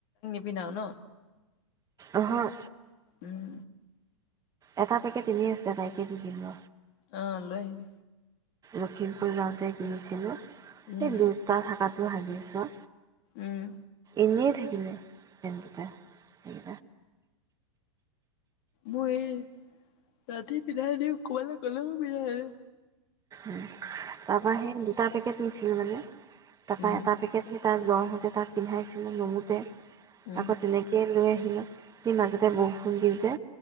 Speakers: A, on the left (about 50°); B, on the right (about 20°).
A: বিনা ন
B: অহ।
A: উম।
B: এটা পেকেট এনে আছো তাইকে দি দিম ৰ।
A: অ লৈ আহিবি।
B: লখিমপুৰ যাওঁতে কিনিছিলো। স
A: উম,
B: দুটা থাকাত টো ভাবিছোঁ
A: উম,
B: ইনে থ জিলে তেনকটা সেই
A: মই এই ৰাতি বিধাই দিওঁ ক'বালৈ গ'লেও বিধাই আৰু
B: উ তাৰ পৰা সেই দুটা পেকেট নিছিল মানে তাৰপ
A: উম,
B: তপি কে টা জ্বৰ হওঁতে তাক পিন্ধাইছিলোঁ নুমুতে
A: উম,
B: আকৌ তেনেকে লৈ সেই মাজতে বৰষুণ দিওঁতে